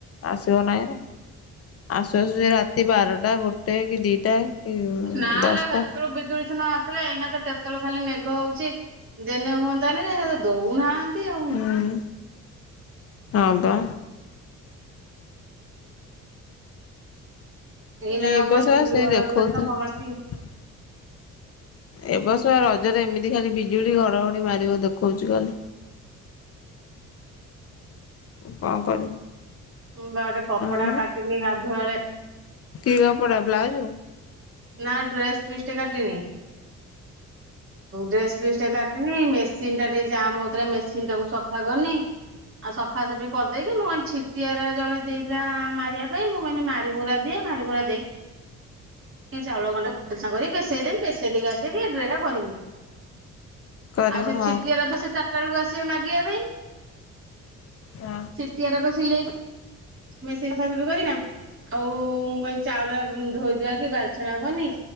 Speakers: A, on the left (about 50°); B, on the right (about 45°).
A: ଆସିବ ନା ଏଇନା ଆସୁ ଆସୁ ସେ ରା ରାତି ବାରଟା ଗୋଟେ କି ଦିଟା। କି
B: ନାଁ
A: ଦଶଟା
B: ଲୋ ହେତଳୁ ବିଜୁଳି ସିନା ହେଲେ ଏଇନା ତ କେତଳେ ଖାଲି ମେଘ ହଉଚି ଦେନେ ହୁଅନ୍ତାନି ଦଉନାହାନ୍ତି। ଆଉ
A: ହୁଁ ହଁ ପା।
B: ଏଇନା
A: ଏ
B: ଆଉ କଣ
A: ବସ
B: ବିଜୁଳି
A: ସେ
B: ଘଡଘଡି
A: ଦେଖଉଥିଲେ।
B: ମାରିଥିଲା କଣ ମାରିଛି
A: ଏ ବର୍ଷ ରଜରେ ଏମିତି ଖାଲି ବିଜୁଳି ଘଡଘଡି ମାରିବ ଦେଖଉଚି ଖାଲି। କଣ କରିବୁ।
B: ମୁଁ ବା ଗୋଟେ କପଡା
A: ଆଉ
B: କାଟିନି ଗାଧୁଆଳେ।
A: କି କପଡା ବ୍ଲାଉଜ ହଁ
B: ନା ଡ୍ରେସ ପିସ୍ ଟେ କାଟିିନି। ଡ୍ରେସ୍ ପିସ୍ ଟେ କାଟିନି ମେସିନ ଟା ଟିକେ ଜାମ୍ ହଉଥିଲା ମେସିନ୍ ଟାକୁ ସଫା କନି। ଆଉ ସଫା ସଫି କରିଦେଇକି ମୁଁ କହିନି ଛିଟିଆର ଜଣେ ଦେଇଥିଲା ମାରିବା ପାଇଁ ମୁଁ କହିଲି ମାରିମୁରା ଦିଏ ମାରିମୁରା ଦେଇକି ଚାଉଳ ଖଣ୍ଡ ପେସେଇଦମି ପେସେଇ ଦେଇକି ଆସିକି ଦୁଟା କରିନି।
A: କରିବ
B: ଆଉ ସେ
A: ହଁ।
B: ଛିଟିଆ ରତ ସେ ଚାରିଟା ବେଳକୁ ଆସିବ ମାଗିବା ପାଇଁ।
A: ହ
B: ସିଟିଆରକ ସିଲେଇ ମେସିନ୍ ଖାସ ବି କରନା। ହଉ ମୁଁ କହିଲି ଚାଉଳ ଧୋଇଧୁଆକି ବାଲିଛଣା କନି।